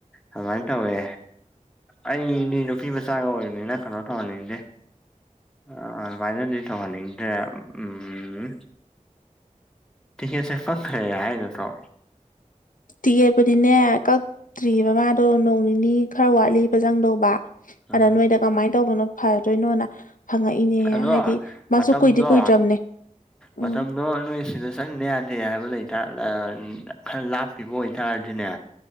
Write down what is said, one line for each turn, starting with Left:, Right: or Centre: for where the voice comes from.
Centre: ꯑꯗꯨꯃꯥꯏꯅ ꯇꯧꯋꯦ ꯑꯩꯗꯤ ꯅꯨꯄꯤ ꯃꯆꯥꯒ ꯑꯣꯏꯕꯅꯤꯅ ꯀꯩꯅꯣ ꯇꯧꯍꯟꯅꯤꯡꯗꯦ ꯑ ꯑꯗꯨꯃꯥꯏꯅꯗꯤ ꯇꯧꯍꯟꯅꯤꯡꯗ꯭ꯔꯦ ꯎꯝ ꯇꯤꯀꯦꯠꯁꯦ ꯀꯈ꯭ꯔꯦ ꯍꯥꯏ ꯅꯠꯇꯣ
Left: ꯇꯤꯀꯦꯠꯄꯨꯗꯤꯅꯦ ꯀꯛꯇ꯭ꯔꯤꯕꯑꯕ ꯃꯥꯗꯣ ꯅꯣꯡ ꯅꯤꯅꯤ ꯈꯔ ꯋꯥꯠꯂꯤꯕ ꯆꯪꯗꯧꯕ
Centre: ꯎꯝ
Left: ꯑꯗ ꯅꯣꯏꯗ ꯀꯃꯥꯏꯅ ꯇꯧꯕꯅꯣ ꯐꯗꯣꯏꯅꯣꯅ ꯍꯪꯉꯛꯏꯅꯦ
Centre: ꯑꯗꯣ
Left: ꯍꯥꯏꯗꯤ ꯃꯥꯁꯨ
Centre: ꯃꯇꯝꯗꯣ
Left: ꯀꯨꯏꯗꯤ ꯀꯨꯏꯗ꯭ꯔꯕꯅꯦ
Centre: ꯃꯇꯝꯗꯣ
Left: ꯎꯝ
Centre: ꯅꯣꯏ ꯁꯤꯗ ꯆꯪꯗ ꯌꯥꯗꯦ ꯍꯥꯏꯕ ꯂꯩꯇꯔ ꯈꯔ ꯂꯥꯞꯄꯤꯕ ꯑꯣꯏꯇꯥꯔꯗꯤꯅꯦ